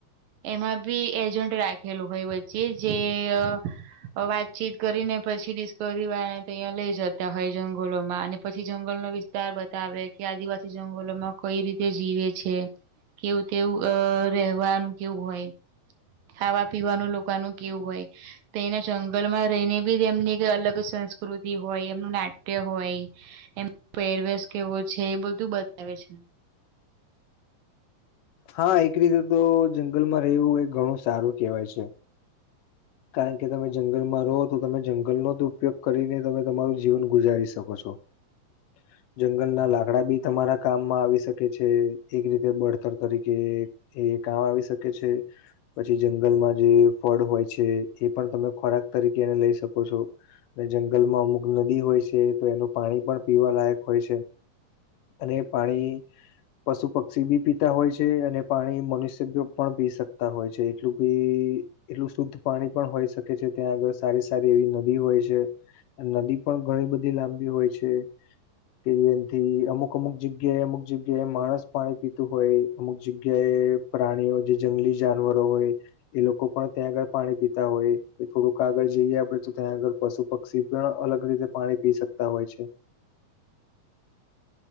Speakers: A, on the right; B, on the left.
A: એમાં બી એજન્ટ રાખેલું હોય વચ્ચે જેઅ અ વાતચીત કરીને પછી ડિસ્કવરી વાળા ન તો અહીંયા લઈ જતા હોય જંગલોમાં અને પછી જંગલનો વિસ્ત તાર બતાવે કે આદિવાસી જંગલોમાં કઈ રીતે જીવે છે. કેવું તેવું- અ રહેવાનું કેવું હોય- ખાવા પીવાનું લોકાનું કેવું હોય તો એના જંગલમાં રહીને બી એમની અલગ સંસ્કૃતિ હોય એમનું નાટ્ય હોય એમનો પેરવેશ કેવો છે એ બધું બતાવે છે.
B: હા એક રીતે તો જંગલમાં રહેવું એ ઘણું સારું કેહેવાય છે. કારણ કે તમે જંગલમાં રહો તો તમે જંગલનો જ ઉપયોગ કરીને તમે તમારું જીવન ગુજારી શકો છો. <inaudible> જંગલના લાકડા બી તમારા કામમાં આવી શકે છે એક રીતે બળતર તરીકે. એ કામ આવી શકે છે પછી જંગલમાં જે ફળ હોય. છે એ પણ તમે ખોરાક તરીકે એને લઈ શકો છો. જંગલમાં અમુક નદી હોય છે તો એનું પાણી પણ પીવા લાયક હોય છે. અને એ પાણી. પશુ પક્ષી બી પીતા હોય છે અને પાણી મનુષ્ય પણ પી શકતા હોય છે એટલું બી- એટલું શુદ્ધ પાણી પણ હોય શકે છે ત્યાં આગળ સારી સારી એવી નદી હોય છે. નદી પણ ઘણી બધી લાંબી હોય છે. કે એમથી અમુક અમુક જગ્યાએ અમુક જગ્યાએ માણસ પાણી પીતું હોય અમુક જગ્યાએ- પ્રાણીઓ જે જંગલી જાનવરો હોય એ લોકો પણ ત્યાં આગળ- પાણી પીતા હોય થોડુંક આાગળ જઈએ આપડે તો ત્યાં આગળ પશુ પક્ષી પણ અલગ રીતે પાણી પી શક તા હોય છે.